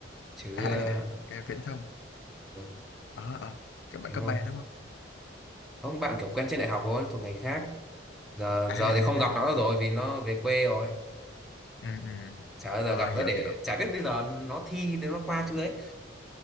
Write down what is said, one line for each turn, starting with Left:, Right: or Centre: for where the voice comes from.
Centre: chứ
Left: À, à,
Centre: ờ,
Left: à, cái viễn thông.
Centre: ừ,
Left: Ờ, ờ, kiểu bạn
Centre: đúng
Left: cấp
Centre: không
Left: ba đúng không?
Centre: không bạn kiểu quen trên đại học thôi nó thuộc ngành khác giờ
Left: À,
Centre: giờ
Left: à,
Centre: thì không gặp
Left: à.
Centre: nó rồi vì nó về quê rồi
Left: Ừ, ừ.
Centre: chả bao giờ
Left: Ờ,
Centre: gặp
Left: hiểu,
Centre: nó để
Left: hiểu.
Centre: chả biết bây giờ nó thi đến nó qua chưa ấy